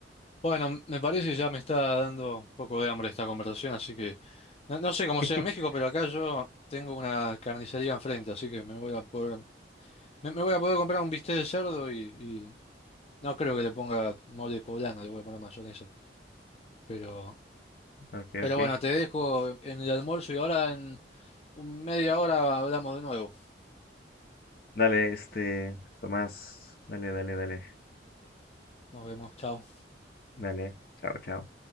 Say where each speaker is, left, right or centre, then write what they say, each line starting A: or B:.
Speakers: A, on the left; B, on the left.
A: bueno, me parece que ya me está dando un poco de hambre esta conversación, así que no, no sé cómo
B: <laughs>
A: sea en México, pero acá yo tengo una carnicería enfrente, así que me voy a poder Me, me voy a poder comprar un bistec de cerdo y, y no creo que le ponga mole poblano, le voy a poner mayonesa. Pero,
B: Ok,
A: pero
B: ok.
A: bueno, te dejo en el almuerzo y ahora en un- media hora hablamos de nuevo.
B: Dale, este, Tomás. Dale, dale, dale.
A: Nos vemos, chao.
B: Dale. Chao, chao.